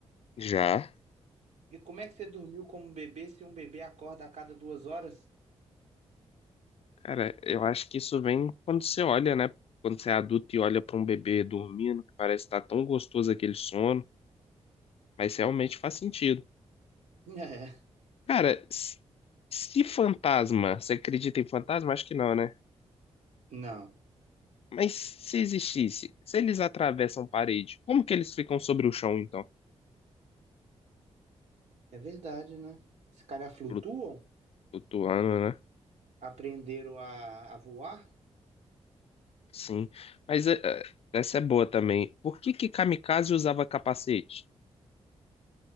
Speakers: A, on the left; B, on the right.
A: Já.
B: E como é que você dormiu como um bebê se um bebê acorda a cada duas horas? <laughs>
A: Cara, eu acho que isso vem quando você olha, né? Quando você é adulto e olha pra um bebê dormindo, que parece estar tão gostoso aquele sono, mas realmente faz sentido.
B: É,
A: Cara, se, se fantasma, você acredita em fantasma? Acho que não, né?
B: não.
A: Mas se existisse, se eles atravessam parede, como que eles ficam sobre o chão, então?
B: É verdade, né? Esses caras flutuam?
A: Flu- Flutuando, né?
B: Aprenderam a, a voar? O
A: Sim. Mas eh, eh, essa é boa também. Por que que kamikaze usava capacete?